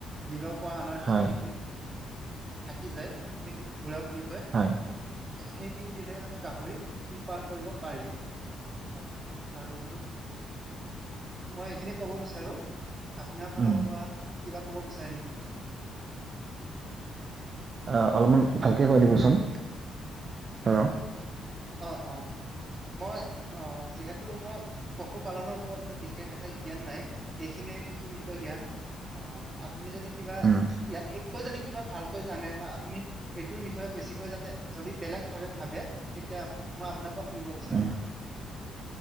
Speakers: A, on the right; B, on the right.
A: মিলৰ পৰা অনাৰ পিছত
B: হয়
A: যিখিনি থাকি যায় সেইখিনি ঘুৰা বুলি কয়
B: হয়
A: সেইখিনি দিলেই মানে গাহৰি পোহপাল কৰিব পাৰি হয় আৰু মই এইখিনি ক'ব বিচাৰো আপোনাৰ ফালৰ
B: উম
A: পৰা কিবা ক'ব বিচাৰে নেকি
B: অ অলপমান ভালকে কৈ দিবচোন ৰ
A: অ অ মই অ যিহেতু মই পশুপালনৰ মোৰ বিশেষ এটা জ্ঞান নাই এইখিনিয়ে মোৰ সীমিত জ্ঞান অ আপুনি যদি কিবা
B: উম
A: ইয়াত মোৰ ইয়াতকৈ যদি কিবা ভালকৈ জানে বা আপুনি এইটোৰ বিষয়ে বেছিকৈ জানে যদি বেলেগ ভাৱে ভাবে এতিয়া মই আপোনাৰ পৰা শুনিব বিচাৰো
B: উম